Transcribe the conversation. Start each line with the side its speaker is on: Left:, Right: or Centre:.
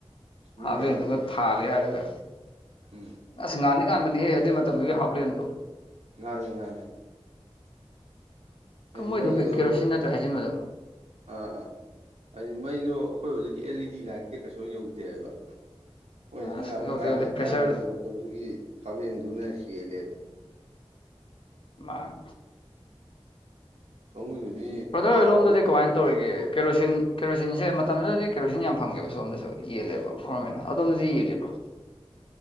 Right: ꯃꯤ
Left: ꯍꯥꯞꯂꯦꯟ
Right: ꯌꯥꯝꯗꯣꯏꯅꯦ
Left: ꯗꯨꯒ ꯊꯥꯜꯂꯦ ꯍꯥꯏꯔꯒ꯫
Right: ꯎꯝ
Left: ꯑꯁ ꯉꯥꯟꯗꯤ ꯉꯥꯟꯕꯅꯤꯍꯦ ꯑꯗꯨꯏ ꯃꯇꯝꯗꯨꯒꯤ ꯍꯥꯞꯂꯦꯟꯗꯣ꯫
Right: ꯉꯥꯜꯂꯦ-ꯉꯥꯜꯂꯦ꯫ ꯍꯥꯏꯗꯤ
Left: ꯀꯥ ꯃꯣꯏꯗꯣ
Right: ꯃꯩꯗꯣ
Left: ꯀꯩ ꯀꯦꯔꯣꯁꯤꯟ ꯅꯠꯇ꯭ꯔꯦ ꯍꯥꯏꯖꯤꯟꯕꯗꯣ꯫
Right: ꯑꯥ ꯑꯥ ꯍꯥꯏꯗꯤ ꯃꯩꯗꯣ ꯑꯈꯣꯏ ꯍꯧꯖꯤꯛꯀꯤ ꯑꯦꯜ ꯏ ꯗꯤ ꯂꯥꯏꯠ ꯀꯥ ꯀꯩꯁꯨ ꯌꯧꯗꯦ ꯍꯥꯏꯕ꯫ ꯃꯣꯏꯁꯤꯗꯤ
Left: ꯑꯁ
Right: ꯉꯥꯜꯂꯦ
Left: ꯌꯧꯗꯦ
Right: ꯉꯥꯜꯂꯦ
Left: ꯌꯧꯗꯦ ꯄ꯭ꯔꯦꯁꯔꯗꯨ
Right: ꯀꯥ ꯍꯥꯏꯔꯤꯁꯦ ꯃꯇꯝꯗꯨꯒꯤ ꯍꯥꯞꯂꯦꯟꯗꯨꯅ ꯍꯦꯜꯂꯦꯕ꯫
Left: ꯃꯥꯅꯤ꯫
Right: ꯁꯣꯝꯒꯤꯗꯨꯗꯤ
Left: ꯕ꯭ꯔꯥꯗꯥꯥꯔ
Right: ꯊꯥꯎ
Left: ꯍꯣꯏ ꯂꯣꯝꯗꯗꯤ ꯀꯃꯥꯏꯅ ꯇꯧꯔꯤꯒꯦ꯫ ꯀꯦꯔꯣꯁꯤꯟ ꯀꯦꯔꯣꯁꯤꯟꯁꯦ ꯃꯇꯝꯗꯨꯗꯗꯤ ꯀꯦꯔꯣꯁꯤꯟ ꯌꯥꯝ ꯐꯪꯉꯦꯕ ꯁꯣꯝꯗꯁꯨ ꯌꯦꯜꯂꯦꯕ ꯒꯣꯔꯃꯦꯟꯅ ꯑꯗꯣꯝꯗꯗꯤ ꯌꯦꯜꯂꯤꯕꯥ